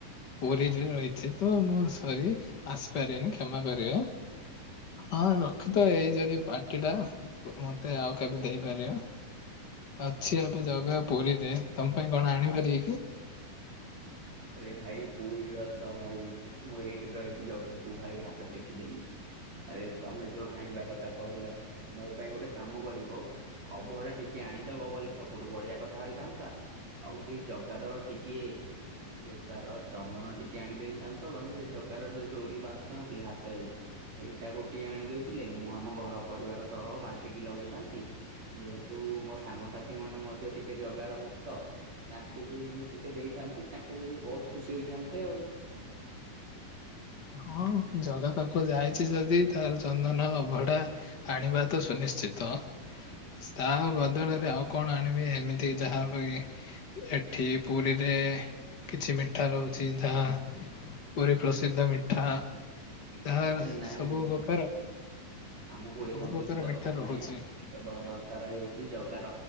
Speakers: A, on the left; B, on the right.
A: ପୁରୀରେ ରହିଛି ତ ମୁଁ ସରି ଆସିପାରିବିନି କ୍ଷମା କରିବେ। ହଁ ରଖିଥା ଏଇ ଯଦି ପାର୍ଟି ଟା ମତେ ଆଉ କେବେ ଦେଇ ପାରିବ। ଅଛି ଏବେ ଜଗା ପୁରୀରେ ତମ ପାଇଁ କଣ ଆଣିପାରିବି କି?
B: ରେ ଭାଇ ପୁରୀରେ ଅଛ ଭାଇ ମୁଁ ଏଇଠି ରହିକି ଜଗା କୁ ଭାଇ ହାତ ଟେକିଦେଲି। ଆରେ ତମେ ଯୋଉ ଆଣିବା କଥା କହିଲ ମୋ ପାଇଁ ଗୋଟେ କାମ କରିବ ଅଭଡ଼ା ଟିକେ ଆଣିଦବ ବଲେ ସବୁଠୁ ବଢିଆ କଥା ହେଇଥାନ୍ତା ଆଉ ସେଇ ଜଗାର ଟିକିଏ ଯୋଉ ତାର ଚନ୍ଦନ ଟିକେ ଆଣି ଦେଇଥାନ୍ତ ବାକି ସେ ଜଗାର ଯୋଉ ଡୋରି ବାନ୍ଧୁଥାନ୍ତି ହାତରେ ସେଇଟା ଗୋଟିଏ ଆଣିଦଉଥିଲେ ମୁଁ ଆମ ଘର ପରିବାର ସହ ବାଣ୍ଟିକି ଲଗେଇଥାନ୍ତି ଯେହେତୁ ମୋ ସାଙ୍ଗସାଥି ମାନେ ମଧ୍ୟ ଟିକେ ଜଗାର ଭକ୍ତ ତାଙ୍କୁ ବି ମୁଁ ଟିକେ ଦେଇଥାନ୍ତି ତାଙ୍କେ ବି ବହୁତ ଖୁସି ହୋଇଥାନ୍ତେ ଆଉ।
A: ହଁ ଜଗା ପାଖ ଯାଇଛି ଯଦି ତାର ଚନ୍ଦନ ଅଭଡା ଆଣିିବା ତ ସୁନିଶ୍ଚିତ। ତା ବଦଳରେ ଆଉ କଣ ଆଣିବି ଏମିତି ଯାହା ପାଇଁ ଏଠି ପୁରୀରେ କିଛି ମିଠା ରହୁଚି ଯାହା ପୁରୀ ପ୍ରସିଦ୍ଧ ମିଠା। ଯାହା
B: ଆରେ ନାଇଁ
A: ସବୁ
B: ନାଇଁ
A: ପ୍ରକାର
B: ଆମକୁ ଏ
A: ସବୁ ପ୍ରକାର
B: କିଛି ଦରକାର
A: ମିଠା ରହୁଚି।
B: ନାହିଁ ଆମକୁ କେବଳ ଦରକାର ହେଉଚି ଜଗାର